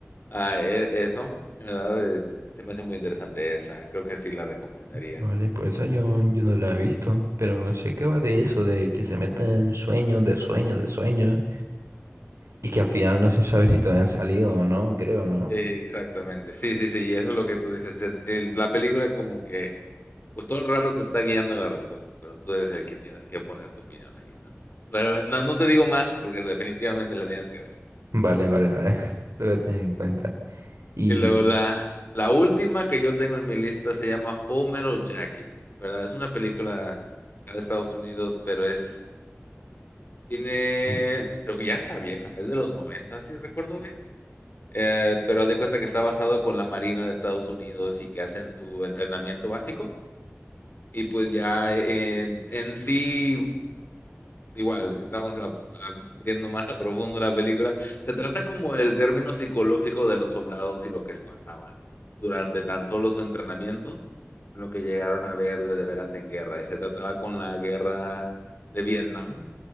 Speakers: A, on the left (about 45°); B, on the right (about 85°).
A: Ah, e- eso, ¿verdad? Eh, se me hace muy interesante esa, creo que sí la recomendaría.
B: Vale, pues esa yo, yo no la he visto, pero sé que va de eso, de que se meten sueños, de sueños, de sueños, y que al final no se sabe si todavía han salido o no, creo, ¿no?
A: Exactamente, sí, sí, sí, y eso es lo que tú dices. en- en la película como que, pues todo el rato te está guiando la respuesta, pero tú eres el que tienes que poner tu opinión ahí, ¿no? Pero no, no te digo más porque definitivamente la tienes que ver.
B: Vale, vale, vale. <laughs> Lo voy a tener en cuenta. Y...
A: Y luego la, la última que yo tengo en mi lista se llama Full Metal Jacket, ¿verdad? Es una película de Estados Unidos, pero es, tiene,
B: mm,
A: creo que ya está vieja, es de los 90 si recuerdo bien. Eh, pero haz de cuenta que está basado con la Marina de Estados Unidos y que hacen su entrenamiento básico. Y pues ya eh, en sí, igual, si estamos a- abriendo más a profundo la película, se trata como del término psicológico de los soldados y lo que pasaban durante tan solo su entrenamiento, lo que llegaron a ver de, de veras en guerra. Y se trataba con la guerra de Vietnam,